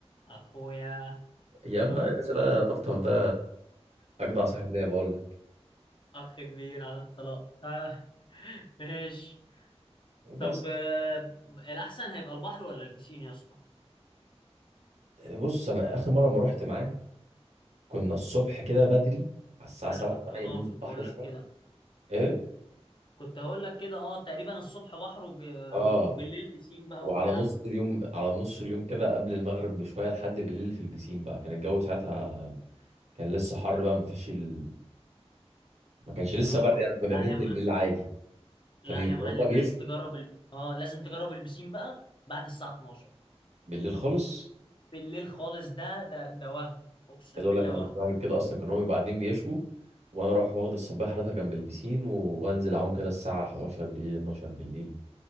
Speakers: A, on the left (about 45°); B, on the right (about 80°).
A: اخويا
B: يا
A: اه
B: ابني يا باشا ده
A: آه،
B: طفطف ده اجدع صاحب ليا بقول لك
A: اخ كبير على الطلاق اه <laughs> ماشي طب
B: بس
A: آه، الأحسن هيبقى البحر ولا البسين يا اسطى
B: بص انا اخر مره ما رحت معاه كنا الصبح كده بدري على الساعه
A: أنا
B: 7
A: كنت
B: 8
A: آه
B: ننزل
A: كنت
B: البحر
A: هقول
B: شويه
A: لك كده
B: ايه
A: كنت هقول لك كده آه تقريبا الصبح بحر وب...
B: اه
A: وبالليل بسين بقى
B: وعلى
A: وبتاع
B: نص اليوم على نص اليوم كده قبل المغرب بشويه لحد بالليل في البسين بقى كان الجو ساعتها كان لسه حر بقى مفيش ال... ما كانش لسه
A: آه
B: برد يعني كنا
A: لا
B: بننزل
A: يا مع...
B: بالليل عادي
A: لا
B: كانوا يبقوا
A: يا معلم
B: هما بيشوا
A: لازم تجرب ال... آه لازم تجرب البسين بقى بعد الساعة 12
B: بالليل خالص
A: بالليل خالص ده ده ده وهم أقسم
B: عايز اقول
A: بالله
B: لك انا
A: وهم
B: كنت بعمل كده اصلا كان هو بيبقى قاعدين بيشوا وانا اروح واخد الصباح حضرتها جنب البسين وانزل اعوم كده الساعه 11 بالليل 12 بالليل